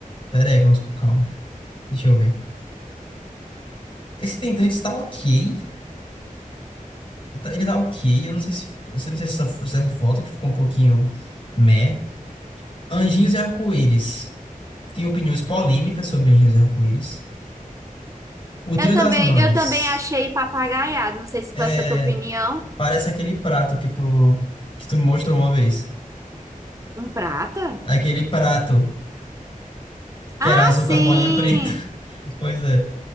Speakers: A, on the left (about 35°); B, on the right (about 20°).
A: Pera aí, vamos com calma. Deixa eu ver. Esse tentante tá ok. Ele tá ele tá ok. Eu não sei se, ficou- eu não sei se essa, se essa foto que ficou um pouquinho meh. Anjinhos e Arco-Íris. Tem opiniões polêmicas sobre Anjinhos e Arco-Íris. O Trio
B: Eu também,
A: das Mães.
B: eu também achei papagaiado. Não sei se
A: É,
B: foi essa tua opinião.
A: parece aquele prato que tu, que tu me mostrou uma vez.
B: Um prata?
A: Aquele prato que
B: Ah,
A: era azul com
B: sim!
A: as bolinhas pretas. <laughs> Pois é.